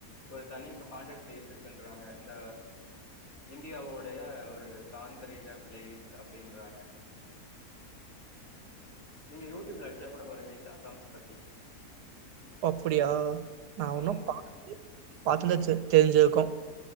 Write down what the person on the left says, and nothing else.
ஒரு தனி ஹாண்டர்ட் பிளேஸ் இருக்குன்றாங்க இந்த இந்தியாவுடைய ஒரு தாந்திரிக பிளேஸ் அப்டின்றாங்க நீங்க யூடியூப்ல அடிச்சா கூட வருமே ச சாம்ஸ் பத்தி
ஆமா
ப்ரோ